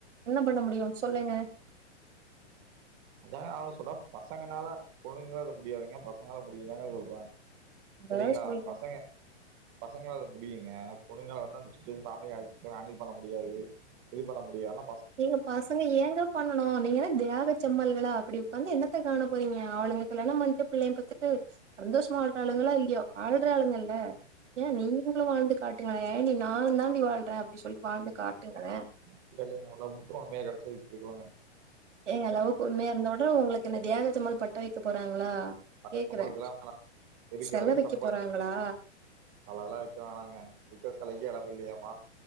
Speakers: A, on the right; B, on the right.
A: என்ன பண்ண முடியு சொல்லுங்க
B: அதாங்க நானு சொல்றே பசங்கனால பொன்ணுங்கள அது முடியாதுங்க பசங்களால அது முடியுங்க அது வா சரிங்ளா
A: அதா சொல்ற
B: பசங்க பசங்கள முடியுங்க ஆனா பொண்ணுங்களாருந்தா அந்த சிச்சுவேஷன் <unintelligible> ஹேண்டில் பண்ண முடியாது இது பண்ண முடியா அல்லா
A: ஏங்க பசங்க ஏங்க பண்ணனு நீங்க என்ன தியாக செம்மல் எல்லா அப்புடி உக்காந்து என்னத்த காண போறீங்க அவளுங்க கல்யாணம் பண்ணிட்டு பிள்ளையையு பெத்துட்டு சந்தோஷமா வாழ்வார்களோ இல்லியோ வாழ்றாங்களா ஏ நீங்களும் வாழ்ந்து காட்டுங்களே ஏண்டி நானும் தாண்டி வாழ்கிறே அப்டின்னு சொல்லி வாழ்ந்து காட்டுங்களே
B: அப்பட இல்லங்க அவ்ளோ உக்க கெடைச்சதுட்டு இருக்கலாங்க
A: ஏங்க லவ்வுக்குமைய இருந்த மட்டு உங்களுக்கு என்ன தியாக தும்மல் பட்ட வைக்க போறாங்களா
B: பட்டலகுடுல்லாம்
A: கேக்குறே
B: வே இருக்க
A: செல
B: வரைக்கும்
A: வைக்க
B: சம்ப
A: போறாங்களா
B: நல்லாம் இருக்க வேணாங்க இக்க சிலைக்கு இடம் இல்லியாமா